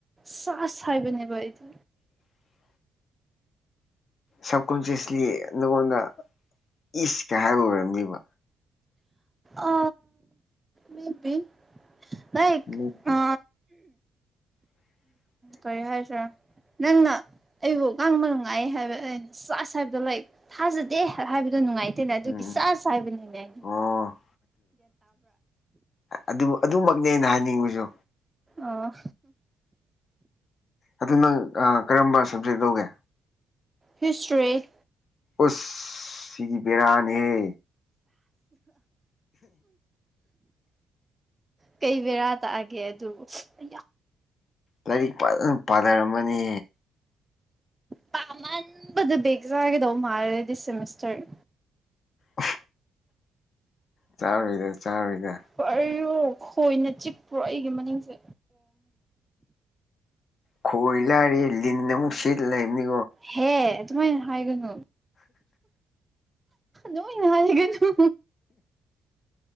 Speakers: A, on the right (about 15°); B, on the left (about 50°).
A: ꯆ ꯍꯥꯏꯕꯅꯦꯕ ꯑꯩꯗꯨ
B: <unintelligible> ꯁꯕ ꯀꯣꯟꯁꯤꯁꯂꯤ ꯅꯉꯣꯟꯗ ꯏꯁꯀ ꯍꯥꯏꯕ ꯑꯣꯏꯔꯝꯅꯦꯕ
A: ꯑ ꯃꯕꯤ ꯂ
B: ꯃꯦꯕꯤ
A: ꯑ
B: <unintelligible>
A: ꯀꯩ ꯍꯥꯏꯜꯁ ꯅꯪꯅ ꯑꯩꯕꯨ ꯉꯥꯡꯕ ꯉꯥꯏ ꯍꯥꯏꯕ ꯑꯩꯅ ꯆꯁ ꯍꯥꯏꯕꯗꯣ ꯂꯩ ꯊꯥꯖꯗꯦ ꯍꯥꯏꯕꯗꯨ ꯑꯗꯨ ꯅꯨꯡꯉꯥꯏꯇꯦꯅꯦ ꯑꯗꯨꯒꯤ
B: ꯎꯝ
A: ꯆꯥ ꯆ ꯍꯥꯏꯕꯅꯤꯅꯦ ꯑꯩꯗꯤ
B: ꯑꯣ ꯑꯗꯨ ꯑꯗꯨꯃꯛꯅꯦꯅ ꯍꯥꯏꯅꯤꯡꯕꯁꯨ
A: ꯑꯣ
B: ꯑꯗꯨ ꯅꯪ ꯀꯔꯝꯕ ꯁꯕꯖꯦꯛ ꯂꯧꯒꯦ
A: ꯍꯤꯁꯇ꯭ꯔꯤ
B: ꯑꯁ ꯁꯤꯗꯤ ꯕꯦꯔꯥꯅꯤꯍꯦ
A: ꯀꯩꯕꯔꯥ ꯑꯦ ꯑꯗꯨ ꯑ
B: ꯂꯥꯏꯔꯤꯛ ꯐꯖꯅ ꯄꯥꯅꯔꯝꯃꯅꯤ
A: ꯄꯃ ꯦꯖꯒꯦꯗ ꯃꯥꯦꯗꯤ ꯁꯦꯃꯤꯁꯇꯔ
B: ꯑ ꯆꯥꯣꯏꯗ ꯆꯥꯣꯏꯗ
A: ꯀꯔꯤꯔꯣ ꯈꯣꯏꯅ ꯆꯤꯛꯄ꯭ꯔꯣ ꯑꯩꯒꯤ ꯃꯅꯤꯡꯁꯦ
B: ꯈꯣꯏ ꯂꯥꯔꯦ ꯂꯤꯟꯅ ꯑꯃꯨꯛ ꯁꯤꯠ ꯂꯩꯕꯅꯤ
A: ꯍꯦ ꯇꯨꯃꯥꯏ ꯍꯥꯏꯥꯏꯒꯅꯣ ꯅꯒ ꯊꯨ